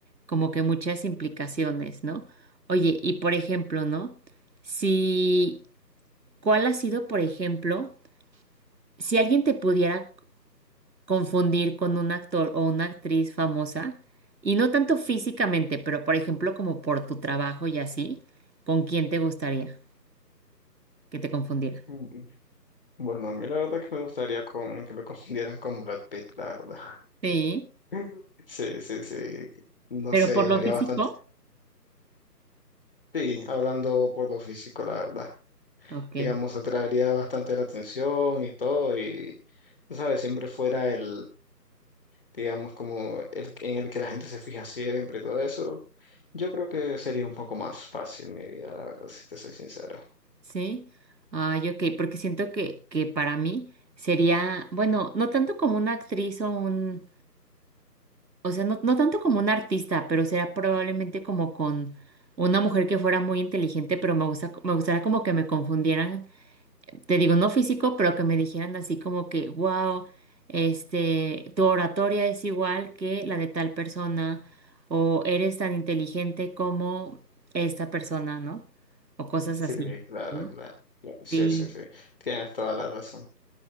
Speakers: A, on the right (about 80°); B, on the left (about 35°).
A: como que muchas implicaciones, ¿no? Oye, y por ejemplo, ¿no? Si, ¿cuál ha sido, por ejemplo, si alguien te pudiera confundir con un actor o una actriz famosa, y no tanto físicamente, pero por ejemplo como por tu trabajo y así, ¿con quién te gustaría que te confundiera?
B: Mm, Bueno, a mí la verdad que me gustaría con, que me confundieran con Brad Pitt, la verdad.
A: Sí,
B: <laughs> Sí, sí, sí. No
A: pero
B: sé,
A: por
B: llamaría
A: lo físico,
B: bastante. Sí, hablando por lo físico, la verdad.
A: ok,
B: Digamos, atraería bastante la atención y todo, y, tú ¿sabes? Siempre fuera el, digamos, como el, en el que la gente se fija siempre y todo eso, yo creo que sería un poco más fácil mi vida, la verdad, si te soy sincero.
A: sí. Ay, ok, porque siento que, que para mí sería, bueno, no tanto como una actriz o un, o sea, no, no tanto como un artista, pero sería probablemente como con una mujer que fuera muy inteligente, pero me gusta, me gustaría como que me confundieran te digo, no físico, pero que me dijeran así como que, wow, este, tu oratoria es igual que la de tal persona, o eres tan inteligente como esta persona, ¿no? O cosas
B: Sí,
A: así,
B: claro,
A: ¿no?
B: claro. Sí,
A: Sí.
B: sí, sí. Tienes toda la razón.